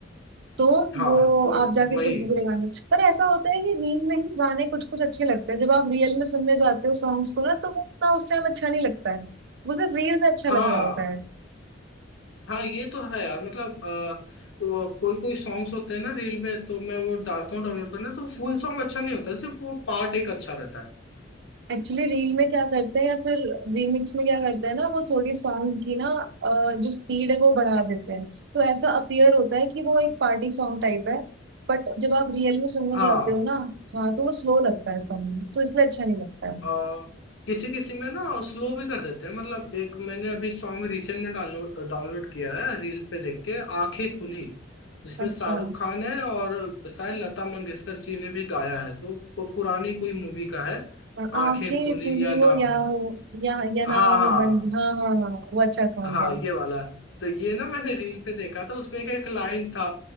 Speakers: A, on the right; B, on the left.
A: तो
B: हाँ
A: वो
B: तो
A: आप जाके
B: वही
A: फिर पूरे गाने पर ऐसा होता है कि रील में ही गाने कुछ कुछ अच्छे लगते हैं जब आप रियल में सुनने जाते हो सॉन्ग्स को ना तो वो उतना उस टाइम अच्छा नहीं लगता है वो सिर्फ रील में अच्छा
B: हाँ
A: लग रहा होता है
B: हाँ ये तो है यार मतलब आ, वो कोई कोई सॉन्ग्स होते हैं ना रील में तो मैं वो डालता हूँ डाउनलोड करना तो फुल सॉन्ग अच्छा नहीं होता सिर्फ वो पार्ट एक अच्छा रहता है
A: एक्चुअली रील में क्या करते हैं या फिर रीमिक्स में क्या करते हैं ना वो थोड़ी सॉन्ग की ना अ, जो स्पीड है वो बढ़ा देते हैं तो ऐसा अपियर होता है कि वो एक पार्टी सॉन्ग टाइप है बट जब आप रियल में सुनने
B: हाँ
A: जाते हो ना हाँ तो वो स्लो लगता है सॉन्ग तो इसलिए अच्छा नहीं लगता है
B: आ, किसी किसी में ना स्लो भी कर देते हैं मतलब एक मैंने अभी सॉन्ग रिसेंट में डाउनलोड डाउनलोड किया है रील पे देख के आंखें खुली जिसमें
A: अच्छा
B: शाहरुख खान है और शायद लता मंगेशकर जी ने भी गाया है तो वो पुरानी कोई मूवी का है
A: आंखें
B: आंखें खुली
A: खुली
B: या ना
A: हो या
B: हो
A: हो या या ना
B: हाँ
A: हो
B: हाँ
A: बंद हाँ हाँ हाँ वो अच्छा सॉन्ग
B: हाँ
A: है
B: ये वाला तो ये ना मैंने रील पे देखा था उसमें का एक लाइन था